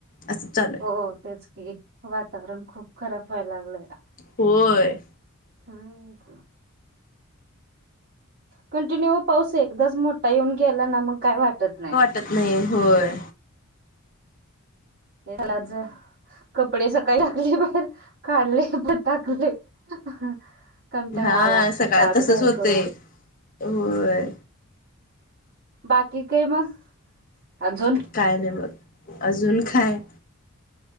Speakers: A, on the left (about 40°); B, on the right (about 50°).
A: असं. चालू आहे
B: हो तेच की, वातावरण खूप खराब व्हायला लागलंया.
A: होय.
B: हम्म. कंटिन्यू पाऊस एकदाच मोठा येऊन गेला, ना मग काय वाटत नाही.
A: <unintelligible> नाही होय.
B: हे झालच कपडे सकाळी टाकले, बाहेर काढले परत टाकले. <unintelligible> कंटाळा
A: हा
B: आला अक्षरशः
A: सकाळ
B: आत
A: तसच
B: बाहेर
A: होतय
B: करून.
A: होय
B: बाकी काय मग, अजून
A: काय नाही बघ, अजून काय